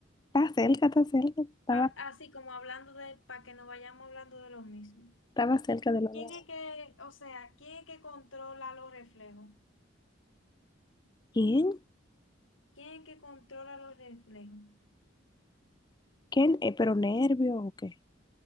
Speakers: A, on the left; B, on the left.
A: Está cerca, está cerca. Estaba,
B: Pa- Así como hablando de, para que no vayamos hablando de lo mismo.
A: estaba cerca del órgano.
B: ¿Quién es que, o sea, quién es que controla los reflejos?
A: ¿Quién?
B: ¿Quién es que controla los reflejos?
A: ¿Quién? Eh, ¿pero nervio o qué?